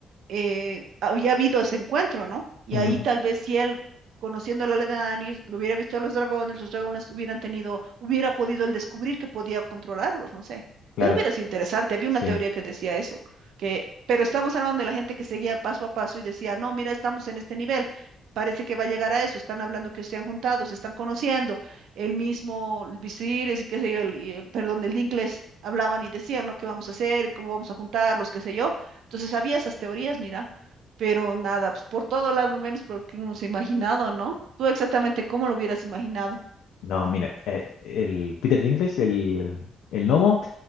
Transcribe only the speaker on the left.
ujú,
claro,
sí.
No, mira, eh, el Peter Dinklage, el, el gnomo,